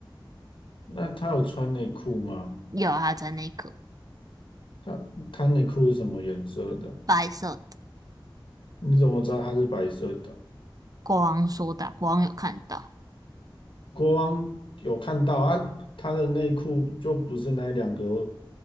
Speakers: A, on the left; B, on the right.
A: 那他有穿内裤吗？
B: 有他穿内裤，
A: 他他内裤是什么颜色的？
B: 白色的。
A: 你怎么知道他是白色的？
B: 国王说的，国王有看到，
A: 国王有看到啊，他的内裤就不是那两个